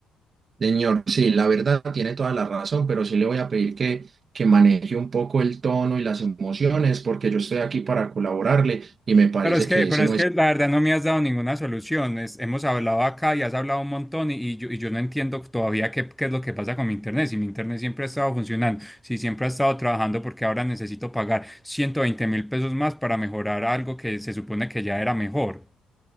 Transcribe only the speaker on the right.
Señor, sí, la verdad tiene toda la razón, pero sí le voy a pedir que, que maneje un poco el tono y las emociones, porque yo estoy aquí para colaborarle y me parece
que
ese
no
es...